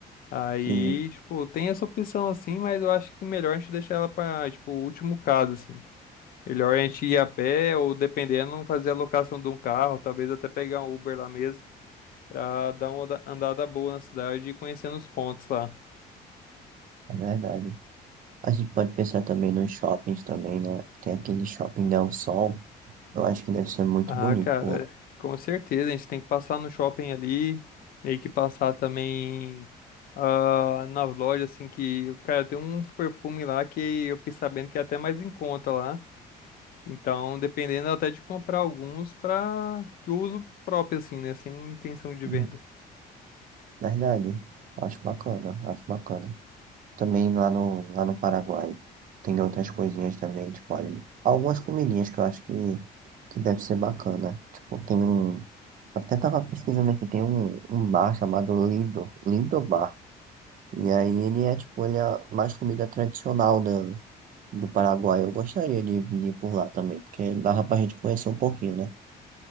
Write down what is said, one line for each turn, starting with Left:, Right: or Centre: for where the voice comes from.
Left: Aí,
Right: sim,
Left: tipo, tem essa opção assim, mas eu acho que melhor a gente deixar ela pra, tipo, o último caso, assim. Melhor a gente ir a pé ou, dependendo, fazer a locação de um carro, talvez até pegar um Uber lá mesmo, pra dar uma oda- andada boa na cidade e conhecendo os pontos lá.
Right: é verdade. A gente pode pensar também nos shoppings também, né? Tem aquele shopping Del Sol. Eu acho que deve ser muito
Left: Ah,
Right: bonito
Left: cara,
Right: por lá.
Left: com certeza, a gente tem que passar no shopping ali, meio que passar também ah, nas lojas, assim, que, cara, tem uns perfumes lá que eu fiquei sabendo que é até mais em conta lá. Então, dependendo até de comprar alguns para de uso próprio, assim, né? Sem intenção de
Right: Hum.
Left: venda.
Right: Verdade. Acho bacana, acho bacana. Também lá no, lá no Paraguai tem outras coisinhas também, tipo, olha, algumas comidinhas que eu acho que, que deve ser bacana. Tipo, tem um. Até tava pesquisando aqui, tem um, um bar chamado Lindo, Lindo Bar. E aí ele é tipo, ele é mais comida tradicional da do Paraguai. Eu gostaria de, de ir por lá também, porque dava pra gente conhecer um pouquinho, né?